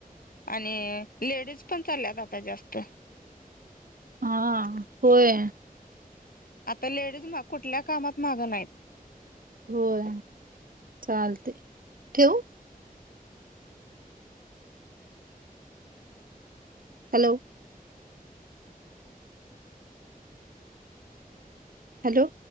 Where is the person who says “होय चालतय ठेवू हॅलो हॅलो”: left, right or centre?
Right